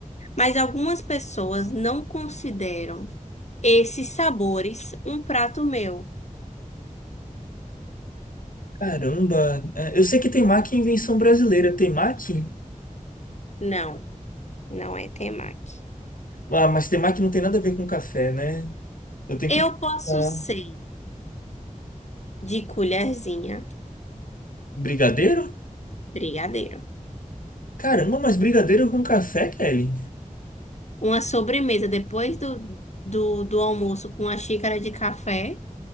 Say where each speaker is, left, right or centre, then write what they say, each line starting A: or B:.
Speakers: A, on the left; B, on the left.
A: mas algumas pessoas não consideram esses sabores um prato meu.
B: Caramba, é, eu sei que temaki é invenção brasileira. Temaki?
A: Não, não é temaki.
B: Ah, mas temaki não tem nada a ver com café, né? Eu tenho
A: Eu
B: que...
A: posso
B: Ah,
A: ser de colherzinha,
B: brigadeiro?
A: brigadeiro.
B: Caramba, mas brigadeiro com café, Kelly?
A: Uma sobremesa depois do, do, do almoço com uma xícara de café.